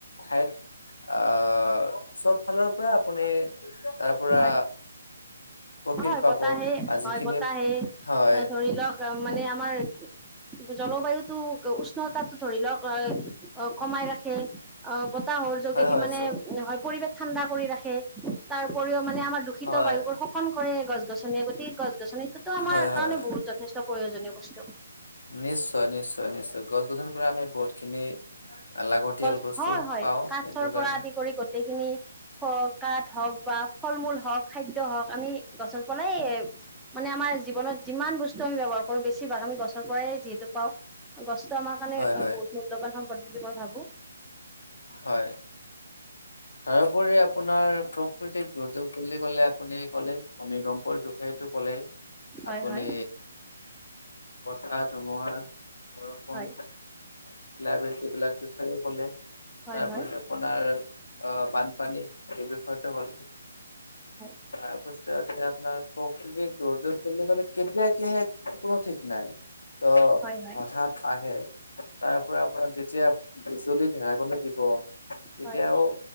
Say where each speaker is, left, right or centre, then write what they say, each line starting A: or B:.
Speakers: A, on the left (about 80°); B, in the centre.
A: ঠাইত আহ চব ফালৰ পৰা আপুনি তাৰ পৰা
B: হয়
A: প্ৰফিট
B: হয়
A: পাব
B: বতাহে
A: আৰু যিখিনি
B: হয় বতাহে
A: হয়
B: এ ধৰি লওক মানে আমাৰ জলবায়ুতটো? উষ্ণতাটো ধৰি লওক কমাই ৰাখে অ বতাহৰ যোগেদি
A: হয় হয়
B: মানে।
A: চ
B: পৰিৱেশ ঠাণ্ডা কৰি ৰাখে তাৰ। উপৰিও মানে আমাৰ দূষিত
A: হয়
B: বায়ু বোৰ শোষণ কৰে গছ গছনিয়ে গতিকে গছ গছনিটোতো আমাৰ
A: হয় হয়
B: কাৰণে বহুত যথেষ্ট? প্ৰয়োজনীয় বস্তু।
A: নিশ্চয় নিশ্চয় নিশ্চয় গছ গছনি পৰা আমি বহুত। খিনি লাগতিয়াল
B: গছ
A: বস্তু
B: হয় হয়
A: পাওঁ
B: কাঠৰ
A: সেইটো কাৰণে
B: পৰা আদি কৰি গোটেইখিনি কাঠ। ধৰক বা। ফল-মূল হওক, খাদ্য হওক আমি গছৰ পলাই মানে আমাৰ জীৱনত যিমান বস্তু ত' আমি ব্যৱহাৰ কৰো বেছিভাগ আমি গছৰ পৰাই যিহেতু পাওঁ গছটো আমাৰ কাৰণে
A: হয় হয়
B: বহুত মূল্যৱান। সম্পদ বুলি মই ভাবো।
A: হয়। তাৰোপৰি আপোনাৰ প্ৰকৃতিক দুৰ্যোগ বুলি কলে আপুনি ক'লে ভূমিকম্পৰ বিষয়টো কলে
B: হয়
A: আপুনি?
B: হয়
A: বতাহ, ধুমুহা, বৰষুণ,
B: হয়
A: শিলাবৃষ্টি, এইবিলাক বিষয়ে কলে
B: হয়
A: তাৰপৰি
B: হয়
A: আপোনাৰ? আহ বানপানী এই বিষয়তে হল
B: হয়
A: তাৰপিছত? আপোনাৰ প্ৰকৃতি দৰ জোৰলেলে কেতিয়া কি হয়ে কোনো ঠিক নাই। ত
B: হয় হয়
A: হঠাৎ আহে। তাৰ পৰা আপোন যেতিয়া বিজুলী ধেৰেকনি দিব তেতিয়াও?
B: হয়